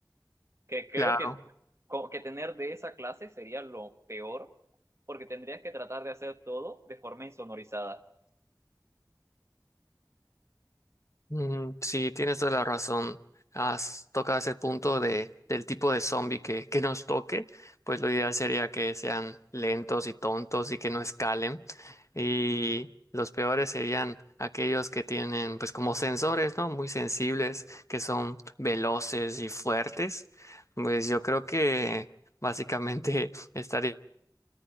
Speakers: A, on the right; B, on the left.
A: que creo
B: Claro.
A: que, co- que tener de esa clase sería lo peor, porque tendrías que tratar de hacer todo de forma insonorizada.
B: Mm, Sí, tienes toda la razón. Has tocado ese punto de, del tipo de zombie que, que nos toque, pues lo ideal sería que sean lentos y tontos y que no escalen. Y los peores serían aquellos que tienen, pues como sensores, ¿no? Muy sensibles, que son veloces y fuertes. Pues yo creo que básicamente <laughs> estaría